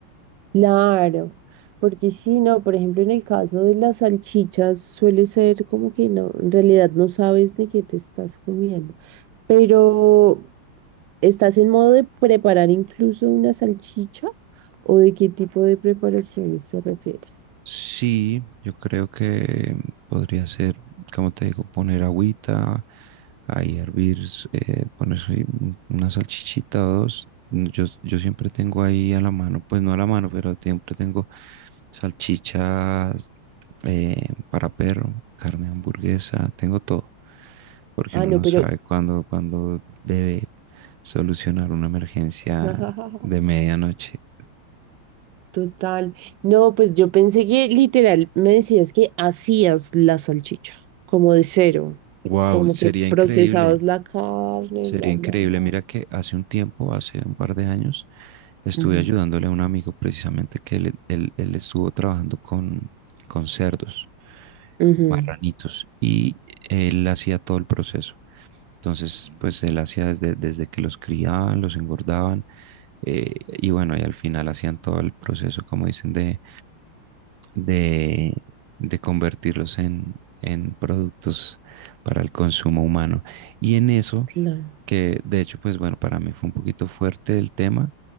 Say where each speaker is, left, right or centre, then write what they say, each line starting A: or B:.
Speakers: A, on the right; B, on the right.
A: Claro, porque si no, por ejemplo, en el caso de las salchichas suele ser como que no, en realidad no sabes de qué te estás comiendo. Pero, ¿estás en modo de preparar incluso una salchicha? ¿O de qué tipo de preparaciones te refieres?
B: Sí, yo creo que podría ser, como te digo, poner agüita, ahí hervir, eh, poner ahí un- una salchichita o dos. Mm, Yo, yo siempre tengo ahí a la mano, pues no a la mano, pero siempre tengo salchichas eh, para perro, carne de hamburguesa, tengo todo, porque
A: Ah,
B: uno
A: no,
B: no
A: pero
B: sabe cuándo, cuándo debe solucionar una emergencia
A: <laughs>
B: de medianoche.
A: Total. No, pues yo pensé que literal me decías que hacías la salchicha, como de cero,
B: Wow,
A: como
B: sería
A: que
B: increíble.
A: procesabas la carne,
B: Sería
A: bla,
B: increíble.
A: bla, bla.
B: Mira que hace un tiempo, hace un par de años, estuve
A: Ujú,
B: ayudándole a un amigo precisamente que él, él- él estuvo trabajando con, con cerdos,
A: ujú,
B: marranitos, y él hacía todo el proceso. Entonces, pues él hacía desde, desde que los criaban, los engordaban, eh, y bueno, y al final hacían todo el proceso, como dicen, de de, de convertirlos en, en productos para el consumo humano. Y en eso,
A: claro.
B: que de hecho, pues bueno, para mí fue un poquito fuerte el tema,